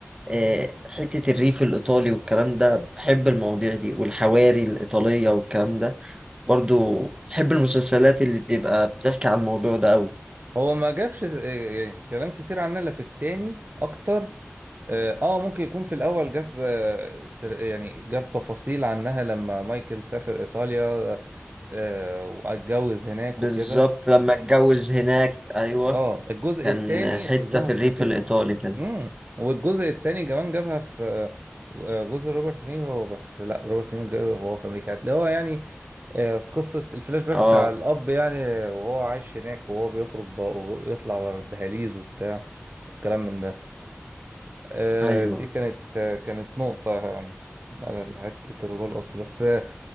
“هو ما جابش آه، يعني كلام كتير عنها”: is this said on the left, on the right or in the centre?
Right